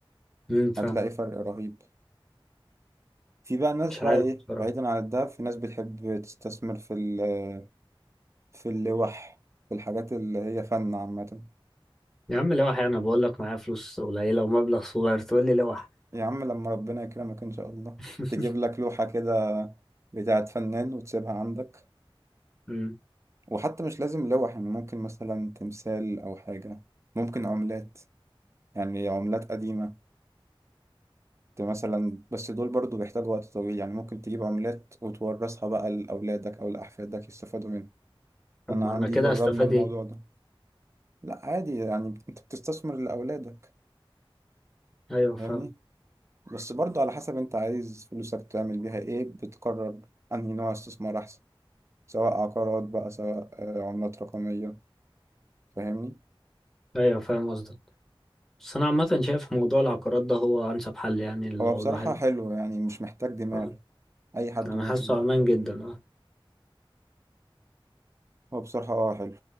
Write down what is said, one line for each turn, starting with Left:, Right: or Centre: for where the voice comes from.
Centre: مم، فاهم
Right: هتلاقي فرق رهيب في بقى ناس
Centre: مش
Right: بقى
Centre: عارف
Right: ايه
Centre: بصراحة
Right: بعيدا عن الذهب في ناس بتحب تستثمر في ال- في اللوح في الحاجات اللي هي فن عامة
Centre: يا عم لوح انا بقول لك معايا فلوس قليلة ومبلغ صغير تقول لي لوح
Right: يا عم لما ربنا يكرمك ان شاء الله
Centre: <laughs>
Right: تجيب لك لوحة كده بتاعت فنان وتسيبها عندك
Centre: مم.
Right: وحتى مش لازم لوح يعني ممكن مثلا تمثال او حاجة ممكن عملات يعني عملات قديمة ت- مثلا بس دول برضو بيحتاجوا وقت طويل يعني ممكن تجيب عملات وتورثها بقى لأولادك أو لأحفادك يستفادوا منها
Centre: طب
Right: أنا
Centre: ما
Right: عندي
Centre: انا كده
Right: جربنا
Centre: استفاد
Right: الموضوع
Centre: ايه
Right: ده لا عادي يعني أنت بتستثمر لأولادك
Centre: ايوه
Right: فاهمني
Centre: فاهم
Right: بس برضو على حسب أنت عايز فلوسك تعمل بيها إيه بتقرر أنهي نوع استثمار أحسن سواء عقارات بقى سواء آه، عملات رقمية فاهمني
Centre: ايوه فاهم قصدك بس انا عامة شايف موضوع العقارات ده هو انسب حل يعني لو
Right: هو بصراحة
Centre: الواحد
Right: حلو يعني مش محتاج دماغ
Centre: آه.
Right: أي حد
Centre: انا
Right: ممكن
Centre: حاسه امان جدا اه
Right: هو بصراحة آه حلو